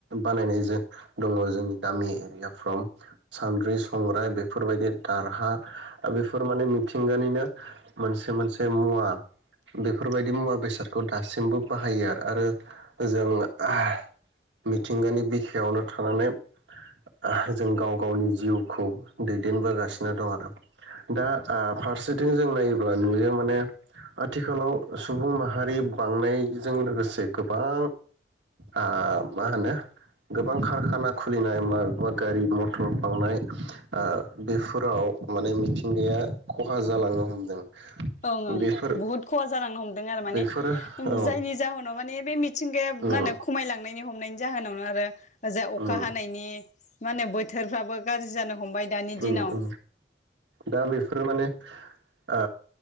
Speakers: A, on the right (about 85°); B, on the left (about 40°).
A: बानायनाय जों दङ जोंनि गामि एरिया फ्रम सान्द्रि संग्राय बेफोरबायदि दारहा बेफोर माने मिथिंगानिनो मोनसे मोनसे मुवा बेफोरबायदि मुवा बेसादखौ दासिमबो बाहायो आरो आरो जों आ मिथिंगानि बिखायावनो थानानै आ जों गाव गावनि जिउखौ दैदेनबोगासिनो दं आरो दा आ फारसेथिं जों नायोब्ला नुयो माने आथिखालाव सुबुं माहारि बांनायजों लोगोसे गोबां आ मा होनो गोबां खारखाना खुलिनाय मा गारि मथर बांनाय आ बेफोराव माने मिथिंगाया खहा जालांनो हमदों।
B: ओं ओं
A: बेफोर
B: बुहुद खहा जालांनो हमदों आरो माने
A: बेफोर औ औ
B: जायनि जाहोनाव माने बे मिथिंगाया
A: उम
B: मा होनो खमायलांनायनि हम हमनायनि जाहोनावनो आरो जा
A: औ
B: अखा हानायनि मानो बोथोरफ्राबो गाजि जानो हमबाय। दानि दिनाव
A: औ औ दा बेफोर माने आ